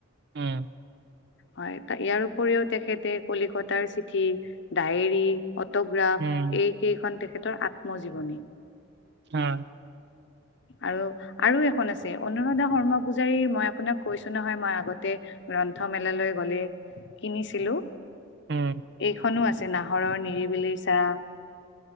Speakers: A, on the right (about 55°); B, on the left (about 60°).
A: অ'
B: হয় ইয়াৰ উপৰিও তেখেতে কলিকতাৰ চিঠি ডায়েৰী। অটোগ্ৰাফ
A: উম,
B: এইকেইখন তেখেতৰ আত্মজীৱনী
A: হয়।
B: আৰু আৰু এখন আছে অনুৰাধা শৰ্মা পূজাৰীৰ মই আপোনাক কৈছো নহয় মই আগতে। গ্ৰন্থমেলালৈ গ'লে কিনিছিলো।
A: উম,
B: এইখনো আছে নাহৰৰ নিৰিবিলি চাহ